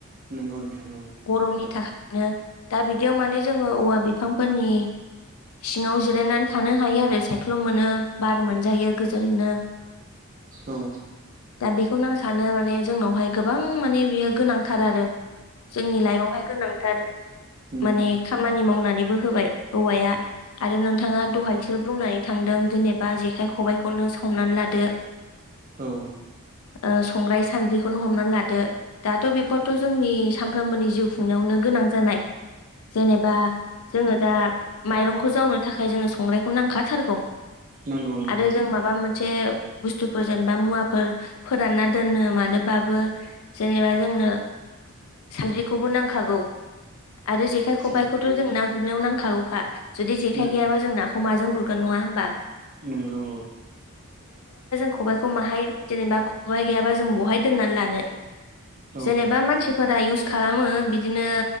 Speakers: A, on the right; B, on the left.
A: नंगौ नोंथां औ
B: गरमनि थाखायनो दा बिदियाव माने जोङो औवा बिफांफोरनि। सिङाव जिरायनानै थानो हायो आरो सायख्ल' मोनो बार मोनजायो गोजोननो।
A: औ
B: दा बेखौनो आं सानो माने। जोंनावहाय गोबां माने बियो गोनांथार आरो जोंनि लाइफआवहाय गोनांथार।
A: उम
B: माने खामानि मावनानैबो। होबाय औवाया आरो नोंथाङा दहायसो बुंनानै थांदों जेनेबा जेखाइ खबायखौनो। हमनानै लादो।
A: औ।
B: ओ संग्राय सान्द्रिखौनो हमनानै लादो दाथ' बेफोरथ' जोंनि। सानफ्रामबोनि जिउ खुंनायावनो गोनां जानाय। जेनेबा जोङो दा माइरंखौ जावनो थाखाय जोङो संग्रायखौ नांखाथारगौ।
A: नंगौ नंगौ
B: आरो जों माबा मोन। मोनसे बुस्थुफोर जेनेबा मुवाफोर फोरानना दोननो मानोबाबो जेनेबा जोंनो। सानद्रिखौबो नांखागौ। आरो जेखाय खबाइखौथ'
A: सानस्रि
B: जों ना गुरनायाव नांखागौखा जुदि जेखाइ
A: नांगौ
B: गैयाबा जों नाखौ माजों गुरगोन नङा। नङा होमबा।
A: नंगौ।
B: खबायखौ माहाय जेनबा खबाय गैयाबा जों बाहा दोना लानो
A: औ
B: जेनबा मानसि। फोरा इउस खालामो बिदिनो